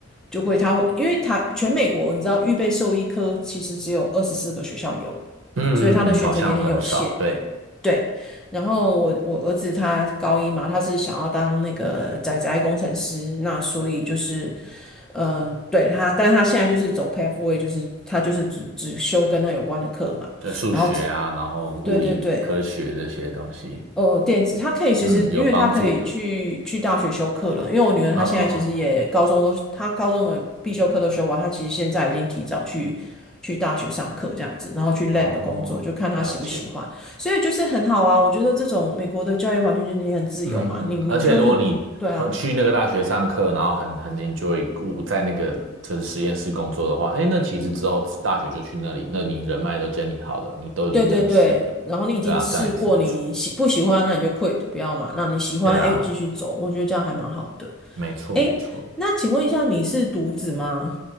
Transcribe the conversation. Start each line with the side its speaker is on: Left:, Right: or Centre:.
Centre: 就会他会，因为他全美国你知道预备兽医科其实只有二十四个学校有，
Right: 嗯嗯嗯，
Centre: 所以他的选择也很有限。
Right: 好像很少，对。
Centre: 对，然后我我儿子他高一嘛，他是想要当那个仔仔工程师，那所以就是，嗯、对他，但他现在就是走 pathway，就是他就是只只修跟那有关的课嘛，
Right: 对数学啊，
Centre: 然后
Right: 然后物理科学这些东西，
Centre: 对对对，呃，电子，它可以其实，
Right: 嗯，有帮助的。
Centre: 因为它可以去去大学修课了。因为我女儿她现在其实也高中都，
Right: 嗯嗯嗯，
Centre: 她高中的必修课都修完，她其实现在已经提早去去大学上课这样子，然后去 lab
Right: 哦，
Centre: 工作，就看她喜不喜欢。
Right: 了解。
Centre: 所以就是很好啊，我觉得这种美国的教育环境就是你很自由嘛，
Right: 嗯，
Centre: 你你就是对啊，
Right: 而且如果你呃去那个大学上课，然后很很 enjoy 我在那个就是实验室工作的话，哎，那其实之后大学就去那里，那你人脉都建立好了，你都已经认识了，
Centre: 对对对，然后你已经试过，
Right: 对啊，这样也是不错。
Centre: 你喜不喜欢，那你就 quit 不要嘛，那你喜欢，
Right: 对啊，
Centre: 哎，继续走，我觉得这样还蛮好的。
Right: 没错没错。
Centre: 哎，那请问一下，你是独子吗？